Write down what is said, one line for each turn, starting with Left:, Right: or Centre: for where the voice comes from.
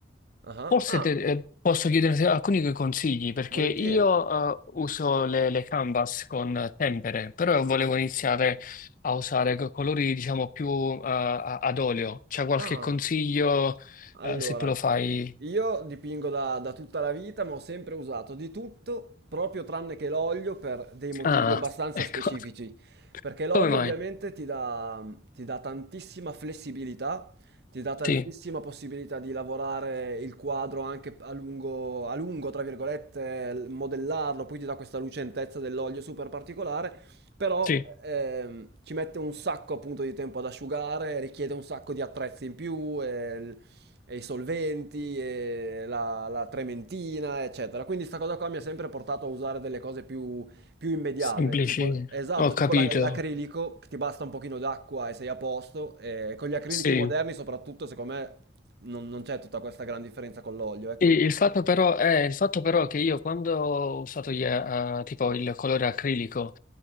Right: Ah,
Left: Forse
Right: ah,
Left: te- eh, posso chiederti alcuni consigli perché
Right: volentieri.
Left: io eh, uso le, le canvas con tempere, però volevo iniziare a usare co- colori diciamo più eh, a- ad olio. C'è qualche
Right: Ah.
Left: consiglio
Right: Allora,
Left: eh, se te lo fai?
Right: io dipingo da, da tutta la vita, ma ho sempre usato di tutto, proprio tranne che l'olio, per dei motivi
Left: Ah,
Right: abbastanza
Left: ecco,
Right: specifici.
Left: <laughs>
Right: Perché l'olio
Left: come mai?
Right: ovviamente ti dà, ti dà tantissima flessibilità, ti dà tantissima
Left: Sì,
Right: possibilità di lavorare il quadro anche a lungo, a lungo, tra virgolette, l- modellarlo, poi ti dà questa lucentezza dell'olio super particolare, però
Left: sì,
Right: ehm, ci mette un sacco appunto di tempo ad asciugare, richiede un sacco di attrezzi in più. e e i solventi, e la, la trementina, eccetera. Quindi sta cosa qua mi ha sempre portato a usare delle cose più, più immediate,
Left: semplici,
Right: tipo, esatto,
Left: ho
Right: tipo
Left: capito.
Right: la- l'acrilico, che ti basta un pochino d'acqua e sei a posto, e con gli acrilici
Left: Sì.
Right: moderni soprattutto, secondo me, non, non c'è tutta questa gran differenza con l'olio, ecco.
Left: Sì, Il fatto però è, il fatto però che io quando ho usato gli, eh, tipo il colore acrilico